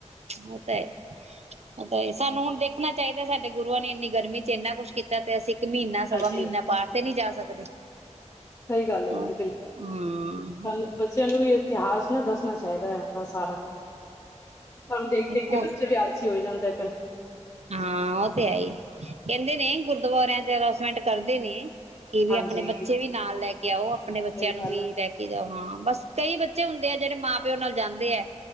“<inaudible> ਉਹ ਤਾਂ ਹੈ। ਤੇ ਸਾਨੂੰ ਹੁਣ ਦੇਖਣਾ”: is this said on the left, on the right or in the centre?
Right